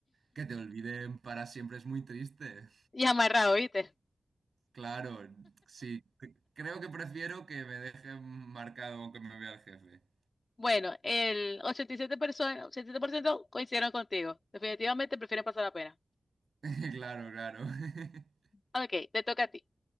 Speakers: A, on the right (about 80°); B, on the left (about 55°).
A: que te olviden para siempre es muy triste.
B: Y amarrado, ¿viste?
A: Claro, sí, c- creo que prefiero que me dejen marcado aunque me vea el jefe.
B: Bueno, el 87 personas, 87% coincidieron contigo. Definitivamente prefieren pasar la pena.
A: <laughs> Claro, claro. <laughs>
B: Ok, te toca a ti.